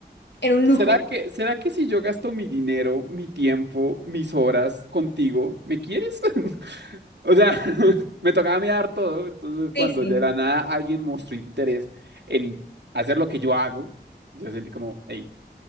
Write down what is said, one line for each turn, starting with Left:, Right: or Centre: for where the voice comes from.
Left: era un lujo.
Right: ¿Será que, será que si yo gasto mi dinero, mi tiempo, mis horas contigo, ¿me quieres? <laughs> O sea, <laughs> me tocaba mirar todo. Entonces,
Left: Sí,
Right: cuando
Left: sí.
Right: de la nada alguien mostró interés en hacer lo que yo hago, yo sentí como, hey,